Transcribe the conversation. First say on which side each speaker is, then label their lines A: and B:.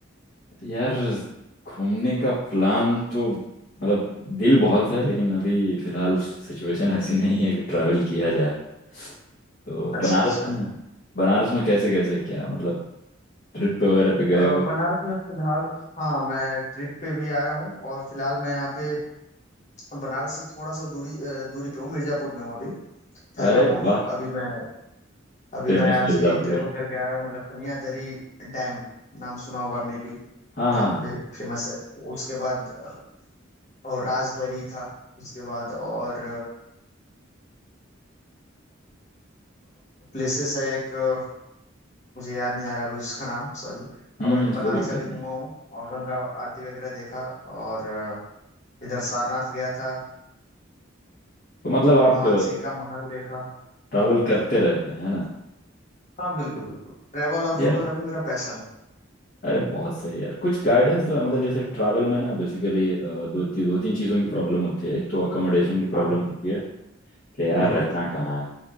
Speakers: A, on the left (about 55°); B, on the left (about 40°).
A: यार घूमने का प्लान तो मतलब दिल बहुत है लेकिन अभी फिलहाल सिचुएशन ऐसी नहीं है कि ट्रैवल किया जाए तो
B: अच्छा
A: बनारस
B: अच्छा
A: में बनारस में कैसे कैसे क्या मतलब ट्रिप पे वगैरह पे गए
B: अ,
A: हो
B: बनारस में फिलहाल हाँ मैं ट्रिप पे भी आया हूँ और फिलहाल मैं यहाँ पे बनारस से थोड़ा सा दूरी अ, दूरी पे हूँ मिर्जापुर में हूँ अभी ठहरा
A: अरे
B: हुआ हूँ
A: वाह
B: अभी मैं अभी
A: फेमस
B: मैं आज
A: मिर्ज़ापुर
B: ही ट्रेवल करके आया हूँ लखनिया दरी डैम नाम सुना होगा मे बी
A: हाँ हाँ
B: यहाँ
A: हाँ
B: पे फेमस है उसके बाद अ, और राजदरी था उसके बाद और प्लेसेस है एक अ, मुझे याद नहीं आ रहा है अभी उसका नाम सॉरी
A: हम्म
B: बट बनारस
A: कोई दिक्कत
B: अभी घुमा
A: नहीं
B: हूँ और गंगा आरती वगैरह देखा और अ, इधर सारनाथ गया था
A: तो मतलब आप
B: मानसिंह का महल देखा
A: ट्रैवल
B: हाँ हाँ
A: करते रहते हैं है ना
B: हाँ बिल्कुल बिल्कुल ट्रैवल और
A: यार
B: फोटोग्राफी मेरा पैशन है
A: अरे बहुत सही यार कुछ गाइडेंस तो मतलब जैसे ट्रैवल में ना बेसिकली दो ती, दो तीन चीज़ों की प्रॉब्लम होती है एक तो अकोमोडेशन की प्रॉब्लम
B: हाँ हाँ
A: होती है कि यार
B: बिल्कुल
A: रहना कहाँ है